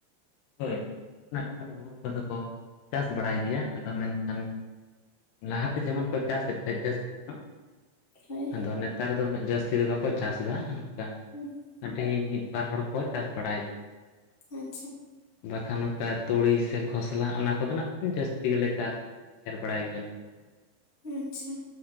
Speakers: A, on the left (about 70°); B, on the left (about 25°).
A: ᱦᱳᱭ, ᱟᱹᱞᱤᱧᱮᱫ <unintelligible> ᱱᱟᱜ ᱠᱷᱟᱱ ᱜᱩᱦᱩᱢ ᱠᱚᱫᱚ ᱠᱚ ᱪᱟᱥ ᱵᱟᱲᱟᱭ ᱜᱮᱭᱟ ᱾ ᱟᱫᱚ, ᱢᱮᱱᱠᱷᱟᱱ ᱞᱟᱦᱟᱛᱮ ᱡᱮᱢᱚᱱ ᱠᱚ, ᱪᱟᱥᱮᱫ ᱛᱟᱦᱮᱸᱜ ᱡᱟᱹᱥᱛᱤ ᱦᱚᱸ ᱾
B: ᱦᱳᱭ
A: ᱟᱫᱚ ᱱᱮᱛᱟᱨ ᱫᱚ, ᱩᱱᱟᱹᱜ ᱡᱟᱹᱥᱛᱤ ᱫᱚ ᱵᱟᱠᱚ ᱪᱟᱥ ᱮᱫᱟ ᱚᱱᱠᱟ ᱾
B: ᱦᱩᱸ ᱾
A: ᱟᱹᱰᱤ ᱢᱤᱫ ᱵᱟᱨ ᱦᱚᱲ ᱠᱚ, ᱪᱟᱥ ᱵᱟᱲᱟᱭᱮᱫᱟ ᱾
B: ᱟᱪᱪᱷᱟ ᱾
A: ᱵᱟᱠᱷᱟᱱ ᱱᱚᱝᱠᱟ ᱛᱩᱲᱤ ᱥᱮ ᱠᱷᱚᱥᱞᱟ, ᱚᱱᱟ ᱠᱚᱫᱚ ᱱᱷᱟᱜ ᱠᱷᱟᱱ, ᱡᱟᱹᱥᱛᱤ ᱜᱮᱞᱮ ᱪᱟᱥ ᱜᱮᱭᱟ ᱾ ᱮᱨ ᱵᱟᱲᱟᱭ ᱜᱮᱭᱟᱞᱮ ᱚᱱᱟ ᱠᱚ ᱾
B: ᱟᱪᱪᱷᱟ